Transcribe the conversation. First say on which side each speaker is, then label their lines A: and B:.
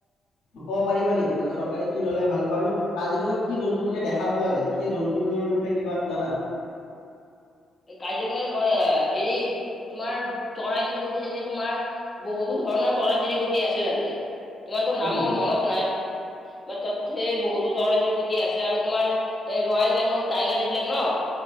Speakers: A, on the left; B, on the left.
A: ক'ব পাৰিবা নেকি মানে চৰকাৰে কি ল'লে ভাল হ'ব। আৰু কাজিৰঙাত কি জন্তু মানে দেখা পোৱা যায় সেই জন্তু ডিব্ৰুগড় বিষয়ে কিবা জানা,
B: <unintelligible> এই কাজিৰঙাৰ মই হেৰি, তোমাৰ চৰাই চিৰি কটি যেনে তোমাৰ। বহুতো ধৰণৰ চৰাই চিৰিকটি আছে তাতে, ইমানতো নাম
A: উম
B: মোৰ মনত নাই, তাতে বহুতো চৰাই চিৰকটি আছে আৰু তোমাৰ এই ৰয়েল বেংগল টাইগাৰ যিবিলাক ন